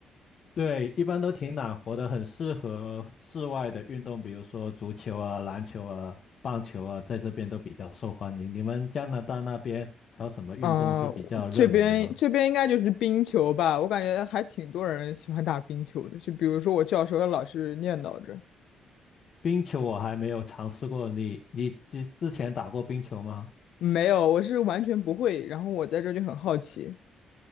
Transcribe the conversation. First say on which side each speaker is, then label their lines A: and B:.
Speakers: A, on the left; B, on the left.
A: 对，一般都挺暖和的，很适合室外的运动，比如说足球啊、篮球啊、棒球啊，在这边都比较受欢迎。你们加拿大那边还有什么运动是比较热门的吗？
B: 啊、我这边这边应该就是冰球吧，我感觉还挺多人喜欢打冰球的。就比如说我教授，他老是念叨着，
A: 冰球我还没有尝试过，你你之之前打过冰球吗？
B: 没有，我是完全不会。然后我在这就很好奇。